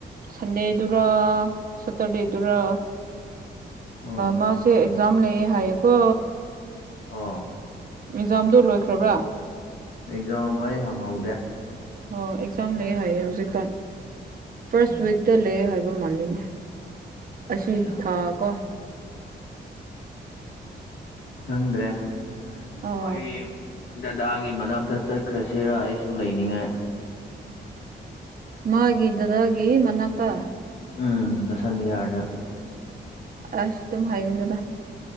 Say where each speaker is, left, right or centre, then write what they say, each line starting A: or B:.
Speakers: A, on the right (about 50°); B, on the left (about 85°).
A: ꯁꯟꯗꯦꯗꯨꯔ ꯁꯇꯔꯗꯦꯗꯨꯔ
B: ꯎꯝ
A: ꯃꯁꯦ ꯑꯦꯛꯖꯥꯝ ꯂꯦ ꯍꯥꯏꯀ
B: ꯑꯥ
A: ꯑꯦꯖꯥꯝꯗꯨ ꯂꯣꯏꯈ꯭ꯔꯕ꯭ꯔꯥ
B: ꯑꯦꯛꯖꯥꯝ ꯑꯩ ꯍꯪꯍꯧꯗꯦ
A: ꯑꯣ ꯑꯦꯛꯖꯥꯝ ꯂꯩ ꯍꯥꯏꯌꯦ ꯍꯧꯖꯤꯛꯀꯥꯟ ꯐꯥꯔꯁ
B: ꯎꯝ
A: ꯋꯤꯛꯛꯇ ꯂꯩ ꯍꯥꯏ ꯍꯥꯏꯕ ꯃꯥꯜꯂꯣꯏꯅꯦ ꯑꯁꯤ
B: ꯑꯠꯆꯥ
A: ꯊꯥ ꯀꯣ
B: ꯈꯪꯗ꯭ꯔꯦ ꯑꯩꯈꯣꯏ
A: ꯑꯣ
B: ꯗꯗꯥꯒꯤ ꯃꯅꯥꯛꯇ ꯆꯠꯈ꯭ꯔꯁꯤꯔ ꯑꯩꯁꯨ ꯂꯩꯅꯤꯡꯉꯥꯏ
A: ꯃꯥꯒꯤꯦ ꯗꯗꯥꯒꯤꯦ ꯃꯅꯥꯀ
B: ꯎꯝ ꯕꯁꯟ ꯕꯤꯍꯥꯔꯗ
A: ꯑ ꯁꯤꯇꯝ ꯍꯥꯏꯒꯅꯤꯗ